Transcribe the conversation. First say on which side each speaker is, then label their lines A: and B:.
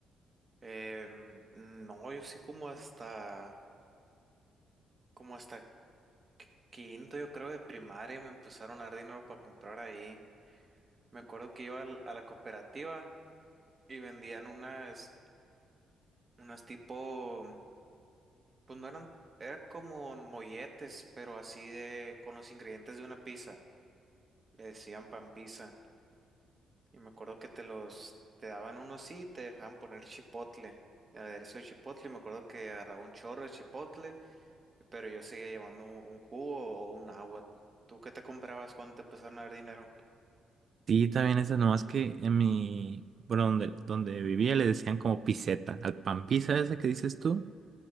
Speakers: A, on the right; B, on the right.
A: Eh, mm, no, yo sí como hasta, como hasta quinto, yo creo, de primaria me empezaron a dar dinero para comprar ahí. Me acuerdo que iba al- a la cooperativa y vendían unas, unas tipo, pues no eran, era como molletes, pero así de, con los ingredientes de una pizza. Le decían pan pizza. Y me acuerdo que te los, te daban uno así y te dejaban poner chipotle, el aderezo de chipotle. Y me acuerdo que agarraba un chorro de chipotle, pero yo seguía llevando un, un jugo o un agua. ¿Tú qué te comprabas cuando te empezaron a dar dinero?
B: Sí, también esas, nomás que en mi, bueno, donde, donde vivía le decían como piseta. Al pan pizza ese que dices tú,